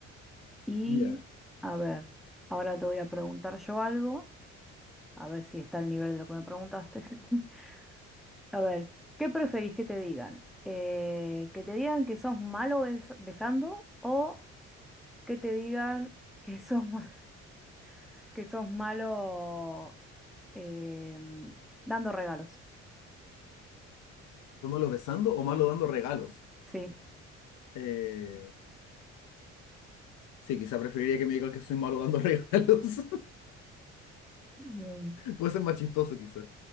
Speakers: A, in the centre; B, on the left.
A: Y
B: Ya.
A: a ver, ahora te voy a preguntar yo algo, a ver si está al nivel de lo que me preguntaste. <laughs> A ver, ¿qué preferís que te digan? Eh, ¿que te digan que sos malo bes- besando o que te digan <laughs> que sos, ma- <laughs> que sos malo em, dando regalos?
B: ¿Tú malo besando o malo dando regalos?
A: Sí.
B: Eh, Sí, quizá preferiría que me digan que soy malo dando <laughs> regalos.
A: Mm,
B: Puede ser más chistoso, quizá.